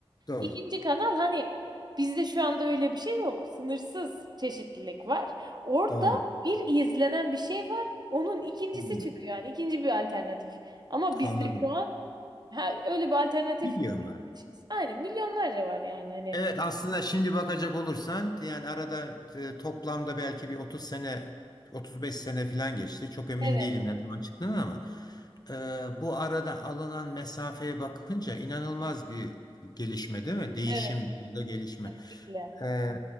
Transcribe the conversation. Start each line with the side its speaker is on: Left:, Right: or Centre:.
Left: doğru,
Right: İkinci kanal hani bizde şu anda öyle bir şey yok. Sınırsız çeşitlilik var. Orada
Left: doğru.
Right: bir izlenen bir şey var. Onun ikincisi
Left: Hmm,
Right: çıkıyor yani ikinci bir alternatif. Ama bizde
Left: anladım.
Right: şu an ha, öyle bir alternatif
Left: Biliyorum
Right: aynen milyonlarca var yani hani.
Left: Evet aslında şimdi bakacak olursan yani arada e, toplamda belki bir 30 sene 35 sene falan geçti. Çok emin
Right: Evet,
Left: değilim ne zaman çıktığını ama e, bu arada alınan mesafeye bakınca inanılmaz bir gelişme değil mi? Değişim
Right: evet,
Left: ya da gelişme.
Right: kesinlikle.
Left: Ee,